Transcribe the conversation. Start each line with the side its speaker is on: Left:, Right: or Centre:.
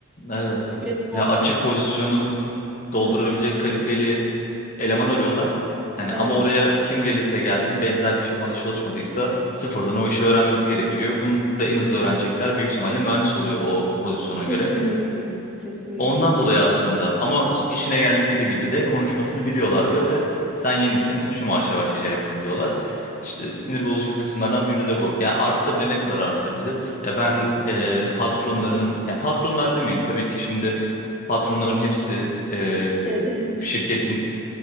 Left: Evet.
Centre: Mezun
Left: Ya
Centre: olmam
Left: açık pozisyonu doldurabilecek
Centre: Evet
Left: kalifeli eleman arıyorlar. Yani
Centre: evet
Left: ama oraya kim gelirse gelsin benzer bir firmada çalışmadıysa sıfırdan o işi öğrenmesi gerekiyor. Bunu da en hızlı öğrenecekler. Büyük ihtimalle mühendis oluyor o pozisyona
Centre: kesinlikle
Left: göre.
Centre: kesinlikle.
Left: Ondan dolayı aslında ama işine geldikleri gibi de konuşmasını biliyorlar ve sen yenisin şu maaşa başlayacaksın diyorlar. İşte sinir bozucu kısımlardan biri de bu. Yani artsa bile ne kadar artabilir? Ya ben e, patronların,
Centre: Hı hı.
Left: ya patronlar demeyeyim tabii ki şimdi patronların hepsi e,
Centre: Dedemiş
Left: şirketin
Centre: o.